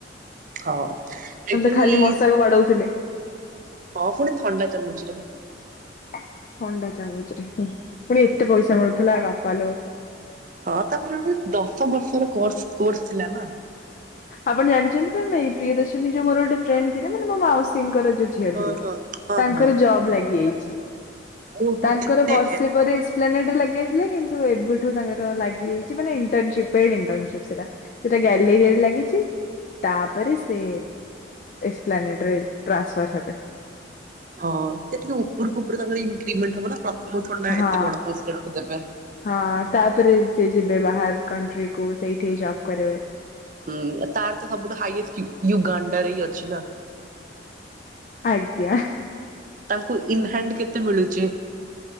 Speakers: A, on the right (about 45°); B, on the left (about 40°).
A: ହଁ ଆକ୍ଚୁଆଲି
B: <unintelligible> ଖାଲି
A: ଏଇ
B: ମଶାକୁ ବାଡଉଥିଲେ।
A: ହଁ ଫୁଣି ଥଣ୍ଡା ଚାମଚ୍ ରେ।
B: ଥଣ୍ଡା ଚାମଚ ରେ ପୁଣି ଏତେ ପଇସା ମିଳୁଥିଲା ବାପା ଲୋ।
A: ହଁ ତାପରେ <unintelligible> ଦଶ ବର୍ଷର କୋର୍ସ କୋର୍ସ୍ ଥିଲା ନା।
B: ଆପଣ ଜାଣିଛନ୍ତି ନା ନାଇଁ ପ୍ରିୟ ଦର୍ଶିନୀ ଯୋଉ ମୋର ଗୋଟେ ଫ୍ରେଣ୍ଡ ଥିଲେ ମାନେ ମୋ ମାଉସୀଙ୍କର ଯଉ ଝିଅ
A: ହଁ
B: ଥିଲେ
A: ହଁ ହଁ
B: ତାଙ୍କର
A: ହଁ
B: ଜବ୍ ଲାଗି ଯାଇଛି
A: ଓହୋ
B: ତାଙ୍କର
A: କେତେ
B: ବର୍ଷେ
A: ଏ
B: <unintelligible> ଏ ଲାଗି ଯାଇଥିଲେ କିନ୍ତୁ ଏବେଠୁ ତାଙ୍କର ଲାଗି ହେଇଛି ମାନେ ଇଣ୍ଟନସିପ୍ ଏଣ୍ଟନଷିପ୍ସ ରା। ସେଟା ଗ୍ୟାଲେରୀ ରେ ଲାଗିଚି ତାପରେ ସେ ଏକ୍ସପ୍ଲାନେଟରେ। ଟ୍ରାନ୍ସଫର୍ ହେବେ।
A: ହଁ ସେ ଟିକେ ଉପରକୁ ଉପର ତାଙ୍କର ଇନକ୍ରିମେଣ୍ଟ ହବ ନା ପ୍ରଥମ ଥ୍ହୋଡି ନାଏତେ
B: ହଁ
A: ବଡ ପୋଷ୍ଟ ରେ ରଖିଦେବେ।
B: ହଁ ତାପରେ ସେ ଯିବେ ବାହାର କଣ୍ଟ୍ରିକୁ ସେଇଠି ସେ ଜବ୍ କରିବେ।
A: ହୁଁ ତାର ତ ସବୁଠୁ ହାଇଏଷ୍ଟ ୟୁଗାଣ୍ଡରେ ହି ଅ ଛି ନା।
B: ଆଜ୍ଞା।
A: ତାଙ୍କୁ ଇନହାଣ୍ଡ କେତେ ମିଳୁଚି?